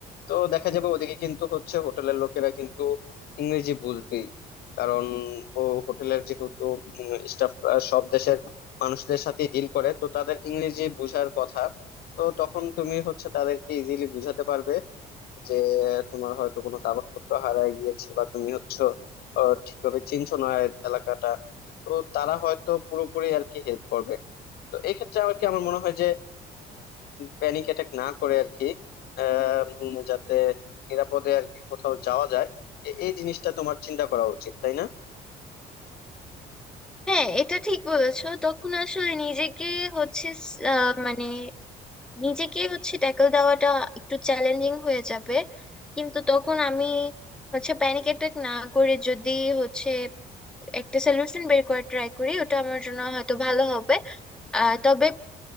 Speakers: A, on the left; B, in the centre.
A: তো দেখা যাবে ওদিকে কিন্তু হচ্ছে হোটেলের লোকেরা কিন্তু ইংরেজি বুঝবেই কারণ ও হোটেলের যেহেতু স্টাফ সব দেশের মানুষদের সাথে ডিল করে তো তাদের ইংরেজি বোঝার কথা তো তখন তুমি হচ্ছে তাদেরকে ইজিলি বুঝাতে পারবে যে তোমার হয়তো কোনো কাগজপত্র হারায় গিয়েছে বা তুমি হচ্ছে আহ, ঠিকভাবে চিনছো না এ- এলাকাটা তো তারা হয়তো পুরোপুরি আর কি হেল্প করবে তো এক্ষেত্রে আর কি আমার মনে হয় যে প্যানিক অ্যাটাক না করে আর কি আহ, উম, যাতে নিরাপদে আর কি কোথাও যাওয়া যায় এ- এই জিনিসটা তোমার চিন্তা করা উচিত তাই না
B: হ্যাঁ এটা ঠিক বলেছো তখন আসলে নিজেকে হচ্ছে আহ, মানে নিজেকে হচ্ছে ট্যাকল দেওয়াটা একটু চ্যালেঞ্জিং হয়ে যাবে কিন্তু তখন আমি হচ্ছে প্যানিক অ্যাটাক না করে যদি হচ্ছে একটা সলিউশন বের করার ট্রাই করি ওটা আমার জন্য হয়তো ভালো হবে আহ তবে